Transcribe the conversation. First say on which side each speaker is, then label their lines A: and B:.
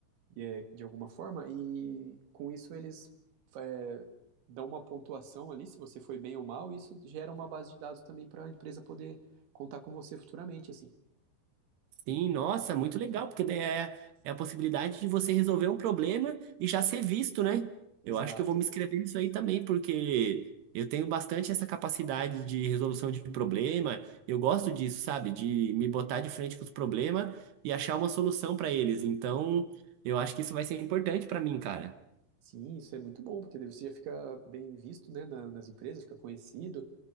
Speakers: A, on the right (about 85°); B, on the right (about 70°).
A: e é, de alguma forma, e com isso eles é, dão uma pontuação ali, se você foi bem ou mal, e isso gera uma base de dados também para a empresa poder contar com você futuramente, assim.
B: Sim, nossa, muito legal, porque daí é, é a possibilidade de você resolver um problema e já ser visto, né?
A: Exato.
B: Eu acho que eu vou me inscrever nisso aí também, porque eu tenho bastante essa capacidade de resolução de problema. Eu gosto disso, sabe? De me botar de frente com os problemas e achar uma solução para eles. Então, eu acho que isso vai ser importante para mim, cara.
A: Sim, isso é muito bom, porque daí você já fica bem visto, né, na- nas empresas, fica conhecido,